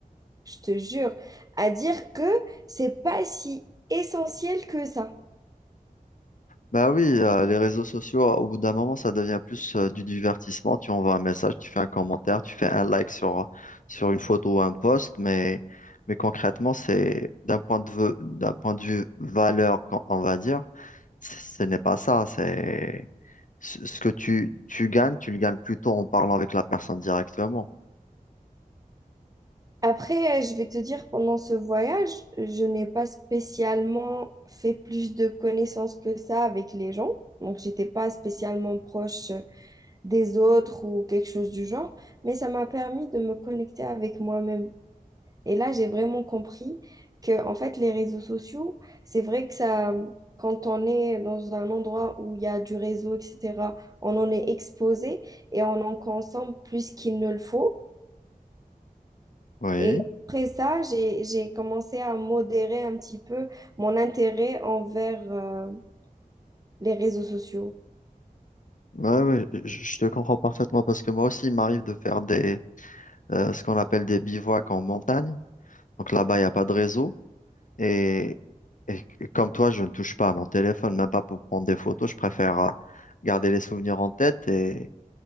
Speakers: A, on the right; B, on the left.
A: Je te jure, à dire que c'est pas si essentiel que ça.
B: Bah oui, euh, les réseaux sociaux, euh, au bout d'un moment, ça devient plus euh, du divertissement. Tu envoies un message, tu fais un commentaire, tu fais un like sur, sur une photo ou un post, mais, mais concrètement, c'est d'un point de vue, d'un point de vue valeur, qu'on- on va dire, c- ce n'est pas ça. C'est ce ce que tu, tu gagnes, tu le gagnes plutôt en parlant avec la personne directement.
A: Après, euh, je vais te dire, pendant ce voyage, je n'ai pas spécialement fait plus de connaissances que ça avec les gens. Donc, j'étais pas spécialement proche euh, des autres ou quelque chose du genre, mais ça m'a permis de me connecter avec moi-même. Et là, j'ai vraiment compris que, en fait, les réseaux sociaux, c'est vrai que ça, quand on est dans un endroit où il y a du réseau, etc., on en est exposé et on en consomme plus qu'il ne le faut.
B: Oui,
A: Et après ça, j'ai, j'ai commencé à modérer un petit peu mon intérêt envers euh, les réseaux sociaux.
B: ouais, ouais, je je te comprends parfaitement parce que moi aussi, il m'arrive de faire des, euh, ce qu'on appelle des bivouacs en montagne. Donc là-bas, il n'y a pas de réseau. Et, et comme toi, je ne touche pas à mon téléphone, même pas pour prendre des photos. Je préfère euh, garder les souvenirs en tête et,